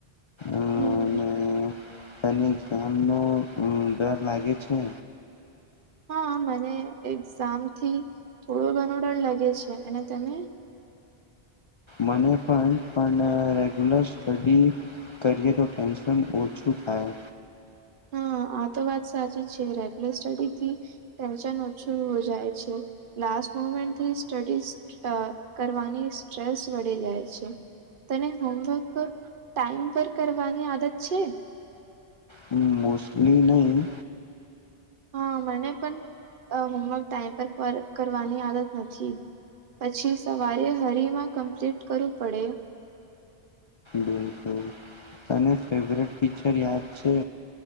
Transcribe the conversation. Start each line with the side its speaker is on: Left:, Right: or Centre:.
Left: અને
Right: હમ
Left: તને એક્ઝામનો ડર લાગે છે?
Right: હા મને એક્ઝામથી થોડો ઘણો ડર લગે છે. અને તને?
Left: મને પણ પણ રેગ્યુલર સ્ટડી કરીએ તો ટેન્શન ઓછું થાય.
Right: હા આતો વાત સાચી છે. રેગ્યુલર સ્ટડીથી ટેન્શન ઓછું હો જાય છે. લાસ્ટ મુમેન્ટથી સ્ટડી કરવાની સ્ટ્રેસ વધી જાય છે. તને હોમવર્ક ટાઈમ પર કરવાની આદત છે?
Left: હમ મોસ્ટલી નહીં.
Right: હા મને પણ હોમવર્ક ટાઈમ પર કરવાની આદત નથી. પછી સવારે હરીમાં કમ્પ્લીટ કરવું પડે.
Left: બિલકુલ. તને ફેવરેટ ટીચર યાદ છે?